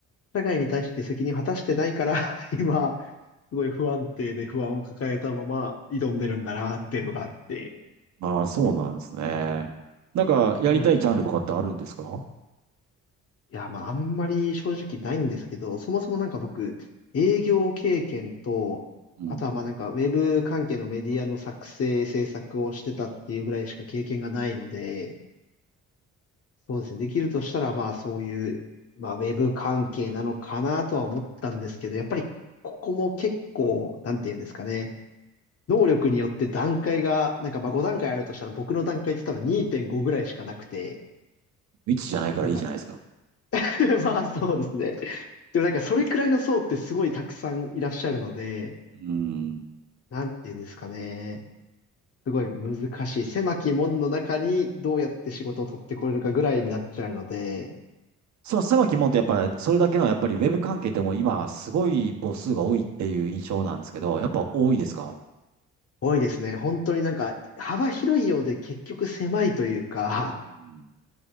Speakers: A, on the left (about 50°); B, on the right (about 65°).
A: 社会に対して責任を果たしてないから、<laughs> 今、すごい不安定で不安を抱えたまま挑んでるんだなっていうのがあって、
B: ああ、そうなんですね。なんかやりたいジャンルとかってあるんですか
A: うんいや、まあ、あんまり正直ないんですけど、そもそもなんか僕、営業経験と、
B: うん。
A: あとはまあなんか、ウェブ関係のメディアの作成、制作をしてたっていうぐらいしか経験がないので、そうですね、できるとしたら、まあそういう、まあウェブ関係なのかなとは思ったんですけど、やっぱりここも結構、なんていうんですかね、能力によって段階が、なんかまあ5段階あるとしたら僕の段階って多分2.5ぐらいしかなくて、
B: 未知じゃないからいいじゃないですか。
A: なんか <laughs> まあそうですね。でもなんかそれくらいの層ってすごいたくさんいらっしゃるので、
B: うん。
A: なんて言うんですかね。すごい難しい。狭き門の中にどうやって仕事を取ってこれるかぐらいになっちゃうので、
B: その狭き門ってやっぱりそれだけのやっぱりウェブ関係でも今すごい母数が多いっていう印象なんですけど、やっぱ多いですか
A: 多いですね。本当になんか幅広いようで結局狭いというか、
B: うん。